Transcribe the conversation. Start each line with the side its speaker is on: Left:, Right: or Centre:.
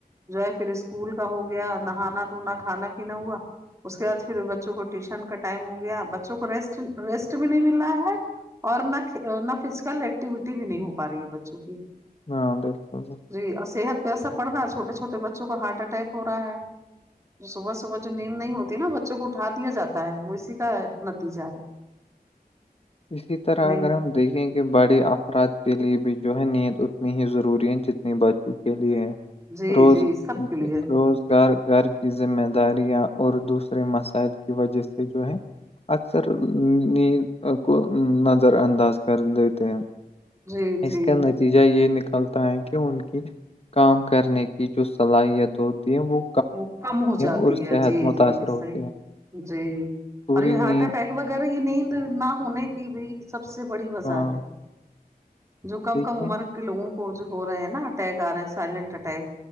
Right: جو ہے پھر اسکول کا ہو گیا نہانا دھونا کھانا پینا ہوا اس کے بعد پھر بچوں کو ٹیوشن کا ٹائم ہو گیا بچوں کو ریسٹ ریسٹ بھی نہیں مل رہ ہے اور نہ نہ فزیکل ایکٹیویٹی بھی نہیں ہو پا رہی ہے بچوں کی
Left: ہاں بالکل بالکل
Right: جی اور صحت پہ اثر پڑ رہا ہےھوٹے چھوٹے بچوں کا ہارٹ اٹیک ہو رہا ہے جو صبح صبح جو نیند نہیں ہوتی ہے نا بچوں کو اٹھا دیا جاتا ہے وہ اسی کا نتیجہ ہے
Left: اسی طرح
Right: نیند
Left: اگر ہم دیکھیں کہ بڑے افراد کے لیے بھی جو ہے نیند اتنی ہی ضروری ہے جتنی بچ کے لیے
Right: جی
Left: روز
Right: جی سب کے لیے
Left: روز کار گار کی ذمہ داریاں اور دوسرے مسائل کی وجہ سے جو ہے اکثر نیند کو نظر انداز کر دیتے ہیں
Right: جی
Left: اس
Right: جی
Left: کا نتیجہ یہ نکلتا تاکہ ان کی کام کرنے کی جو صلاحیت ہوتی ہے وہ
Right: وہ کم ہو جاتی
Left: اور
Right: ہے
Left: صحت
Right: جی
Left: متاثر
Right: جی
Left: ہوتی
Right: صحی
Left: ہے
Right: جی
Left: پوری
Right: اور یہ ہارٹ
Left: نیند
Right: اٹیک وغیرہ یہ نیند نہ ہونے کی بھی سب سے بڑی وجہ
Left: ہاں
Right: ہے جو کم
Left: دیکھیے
Right: کم عمر کے لوگوں کو جو ہو رہے ہیں نا اٹیک آ رہے ہیں سائلنٹ اٹیک